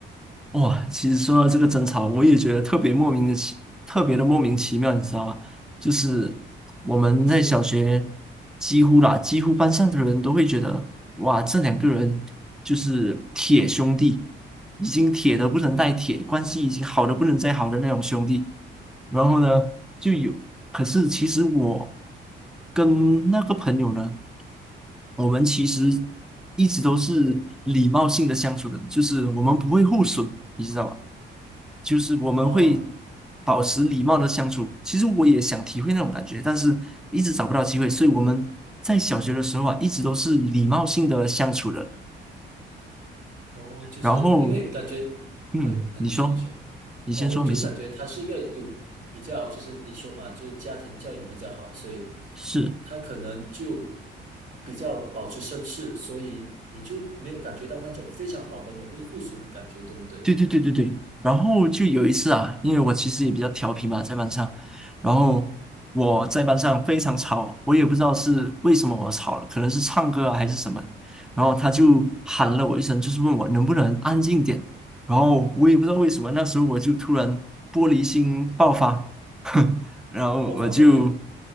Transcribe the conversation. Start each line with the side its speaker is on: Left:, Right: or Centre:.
Centre: 哇，其实说到这个争吵，我也觉得特别莫名的奇，特别的莫名其妙，你知道吗？就是我们在小学几乎啦，
Right: 嗯，你说
Centre: 几乎班上的人都会觉得，哇，这两个人就是铁兄弟，已经铁的不能再铁，关系已经好的不能再好的那种兄弟。然后呢，就有，可是其实我跟那个朋友呢。我们其实一直都是礼貌性的相处的，就是我们不会互损，你知道吧？就是我们会
Right: 哦
Centre: 保持礼貌的相处。其实我也想体会那种感觉，但是一直找不到机会，所以我们在小学的时候啊，一直都是礼貌性的相处的。
Right: 哦，就是因为感觉呃，
Centre: 然后，嗯，
Right: 呃你说你说。
Centre: 你说，你先说，
Right: 哦，我就感觉他是一个有比较，
Centre: 没事，
Right: 就是你说嘛，就是家庭教养比较好，所以
Centre: 是。
Right: 他可能就比较保持绅士，所以你就没有感觉到那种非常好朋友会互损的感觉，对不对？
Centre: 对对对对对，然后就有一次啊，因为我其实也比较调皮嘛，在班上，然后我在班上非常吵，我也不知道是为什么我吵了，可能是唱歌啊还是什么，然后他就喊了我一声，就是问我能不能安静点，然后我也不知道为什么，那时候我就突然玻璃心爆发，<laughs> 然后我就
Right: 破防了呗。